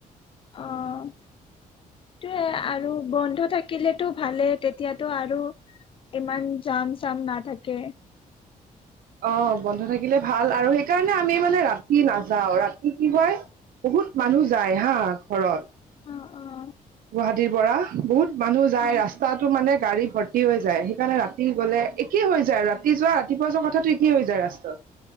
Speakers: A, on the left; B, on the right.
A: অ সেইটোৱে আৰু বন্ধ থাকে থাকিলেতো ভালে তেতিয়াতো আৰু ইমান জাম চাম নাথাকে
B: অ বন্ধ থাকিলে ভাল আৰু সেইকাৰণে আমি মানে ৰাতি নাযাও ৰাতি কি হয় বহুত মানুহ যায় হা ঘৰত
A: অ', অ',
B: গুৱাহাটীৰ পৰা বহুত মানুহ যায়
A: অ',
B: ৰাস্তাটো মানে গাড়ী ভৰ্তি হৈ যায় সেইকাৰণে ৰাতি গলে একেই হৈ যায় ৰাতি যোৱা ৰাতিপুৱা যোৱা কথা কি হৈ যায় ৰাস্তা